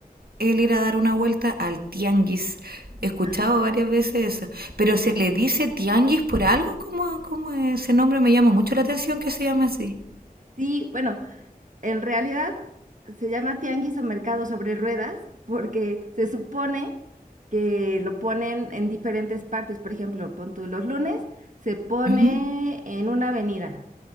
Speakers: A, on the right; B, on the right.
A: el ir a dar una vuelta al tianguis. He escuchado
B: Ajá.
A: varias veces eso. Pero ¿se le dice tianguis por algo? como ese nombre me llama mucho la atención que se llame así?
B: Sí, bueno, En realidad se llama tianguis o mercado sobre ruedas porque se supone que lo ponen en diferentes partes. Por ejemplo, pon tú, los lunes se pone
A: Ujú.
B: en una avenida